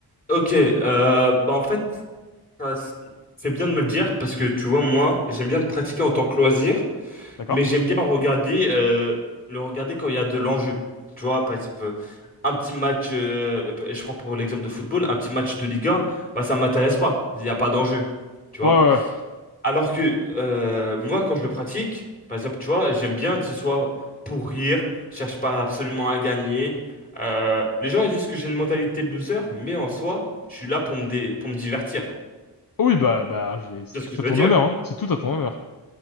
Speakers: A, on the left; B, on the left.
A: Ok, euh, bah en fait, ça s- c'est bien de me le dire parce que tu vois, moi, j'aime bien le pratiquer en tant que loisir,
B: d'accord?
A: mais j'aime bien regarder, euh, le regarder quand il y a de l'enjeu. Tu vois, par exemple, euh, un petit match, euh, je prends pour l'exemple de football, un petit match de Ligue 1, bah ça m'intéresse pas, il n'y a pas d'enjeu. Tu vois?
B: Ouais, ouais. ouais.
A: Alors que euh, moi, quand je le pratique, par exemple, tu vois, j'aime bien que ce soit pour rire, je cherche pas absolument à gagner. Euh, les gens, ils disent que j'ai une mentalité de loser, mais en soi, je suis là pour me dé- pour me divertir.
B: Oui, bah bah j'ai c'est
A: C'est ce
B: tout
A: que je
B: à ton
A: veux dire.
B: honneur, hein. C'est tout à ton honneur.